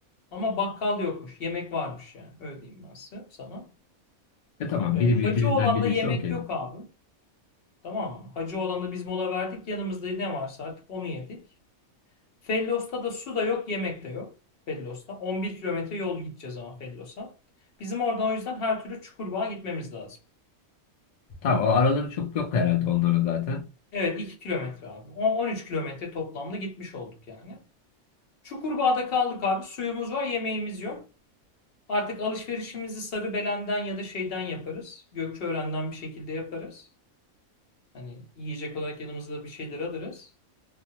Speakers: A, on the left; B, on the left.
A: Ama bakkal yokmuş. Yemek varmış yani. Öyle diyeyim ben size, sana.
B: E tamam
A: Ee,
B: biri bir,
A: Hacı
B: birinden
A: olanda
B: birisi
A: yemek
B: okey.
A: yok abi. Tamam mı? Hacı olanda biz mola verdik. Yanımızda ne varsa artık onu yedik. Fellos'ta da su da yok, yemek de yok. Fellos'ta. 11 kilometre yol gideceğiz ama Fellos'a. Bizim oradan o yüzden her türlü Çukurbağa gitmemiz lazım.
B: Tamam o araları çok yok herhalde onların zaten.
A: Evet 2 kilometre abi. O- 13 kilometre toplamda gitmiş olduk yani. Çukurbağa'da kaldık abi. Suyumuz var, yemeğimiz yok. Artık alışverişimizi Sarıbelen'den ya da şeyden yaparız. Gökçeören'den bir şekilde yaparız. Hani yiyecek olarak yanımızda bir şeyler alırız.